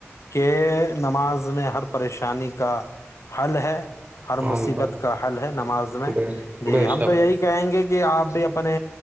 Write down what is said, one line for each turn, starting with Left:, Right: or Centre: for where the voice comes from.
Left: کہ نماز میں ہر پریشانی کا حل ہے ہر
Right: مان
Left: مصیبت کا حل ہے نماز میں
Right: بے
Left: جی
Right: بے
Left: ہم
Right: شک
Left: تو یہی کہیں گے کہ آپ بھیب اپنے